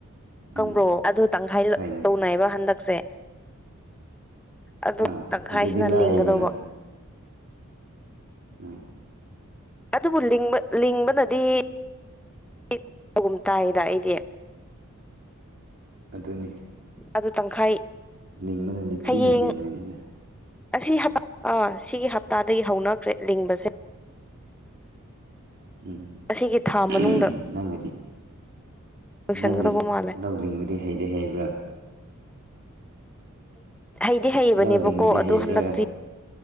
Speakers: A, on the right (about 50°); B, in the centre.
A: ꯎꯝ
B: ꯀꯪꯕ꯭ꯔꯣ ꯑꯗꯨ ꯇꯪꯈꯥꯏ
A: ꯍꯣꯏꯅꯦ
B: ꯇꯧꯅꯩꯌꯦꯕ ꯍꯟꯗꯛꯁꯦ ꯑꯗꯨ
A: ꯑꯥ
B: ꯇꯪꯈꯥꯏꯁꯤꯅ
A: ꯑꯗꯨꯗꯤ ꯂꯥꯏꯌꯦꯗꯅ
B: ꯂꯤꯡꯒꯗꯧꯕ
A: ꯑꯝ
B: ꯑꯗꯨꯕꯨ ꯂꯤꯡꯕꯅꯗꯤ ꯂꯤꯡꯕꯅꯗꯤꯒꯨꯝ ꯇꯥꯏꯗ ꯑꯩꯗꯤ
A: ꯑꯗꯨꯅꯤ
B: ꯑꯗꯨ ꯇꯪꯈꯥꯏ
A: ꯅꯤꯡꯕꯅꯗꯤ ꯊꯤꯅ
B: ꯍꯌꯦꯡ
A: ꯍꯦꯟꯒꯅꯤꯗ
B: ꯑꯁꯤ ꯍ ꯑꯥ ꯁꯤꯒꯤ ꯍꯞꯇꯥꯗꯒꯤ ꯍꯧꯅꯈ꯭ꯔꯦ ꯂꯤꯡꯕꯁꯦ
A: ꯎꯝ
B: ꯑꯁꯤꯒꯤ ꯊꯥ ꯃꯅꯨꯡꯗ
A: ꯅꯪꯒꯤꯗꯤ
B: ꯂꯣꯏꯁꯟꯒꯗꯧꯕ
A: ꯅꯪꯗꯤ
B: ꯃꯥꯜꯂꯦ
A: ꯂꯧ ꯂꯤꯡꯕꯗꯤ ꯍꯩꯗꯤ ꯍꯩꯕ꯭ꯔꯥ
B: ꯍꯩꯗꯤ ꯍꯩꯕꯅꯦꯕꯀꯣ
A: ꯂꯧ ꯂꯤꯡꯕꯗꯤ
B: ꯑꯗꯨꯗꯣ
A: ꯍꯩꯕ꯭ꯔꯥ
B: ꯍꯟꯗꯛꯇꯤ